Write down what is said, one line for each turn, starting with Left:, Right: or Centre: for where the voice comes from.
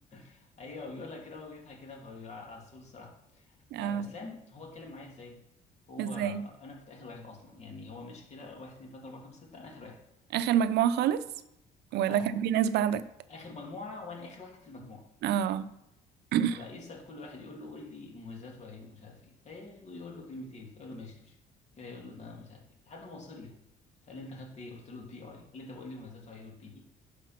Left: <laughs> ايوه بيقولها كده وبيضحك كده فبيبقى عسول الصراحه
Right: اه
Left: آه، اسلام هو اتكلم معايا ازاي هو
Right: ازاي
Left: انا كنت اخر واحد اصلا يعني هو مش كده واحد اتنين تلاته اربعه خمسه سته انا اخر واحد
Right: آخر مجموعة خالص ولا
Left: اه
Right: كان في ناس بعدك
Left: اخر مجموعه وانا اخر واحد في المجموعه
Right: اه <coughs>
Left: فبقى يسال كل واحد يقول له قول لي مميزات وعيوب مش عارف ايه فيقول له كلمتين فيقول له ماشي امشي كده يقول له ده مش عارف ايه لحد ما وصل لي فقال لي انت خدت ايه قلت له البي اي قال لي طب قول لي مميزات وعيوب البي دي